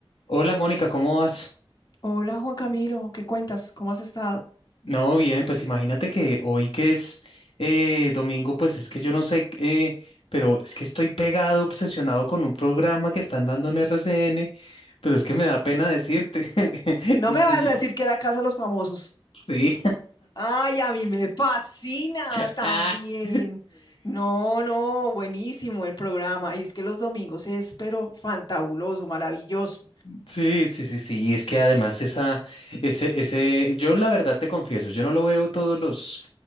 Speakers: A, on the left; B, on the left.
A: Hola Mónica, ¿cómo vas?
B: Hola Juan Camilo, ¿qué cuentas? ¿Cómo has estado?
A: No, bien, pues imagínate que hoy que es eh, domingo, pues es que yo no sé, eh, pero es que estoy pegado, obsesionado con un programa que están dando en RCN, pero es que me da pena decirte. <laughs>
B: No me vas a decir que era Casa de los Famosos.
A: Sí. Sí,
B: Ay, a mí me fascina
A: <laughs>
B: también. No, no, buenísimo el programa. Y es que los domingos es, pero fantabuloso, maravilloso.
A: sí, sí, sí, sí, sí, es que además esa, ese, ese, yo la verdad te confieso, yo no lo veo todos los